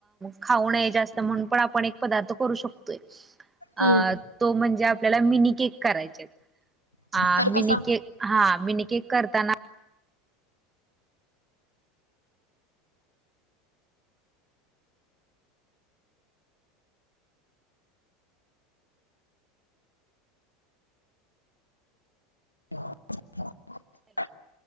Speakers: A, on the right; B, on the left.
A: खाऊ नये जास्त म्हणून पण आपण एक पदार्थ करू शकतोय. अ
B: हम्म,
A: तो म्हणजे आपल्याला मिनी केेक करायचा. अ हा
B: तर
A: मिनी
B: कसा
A: केक हा मिनी केक करताना
B: ह हा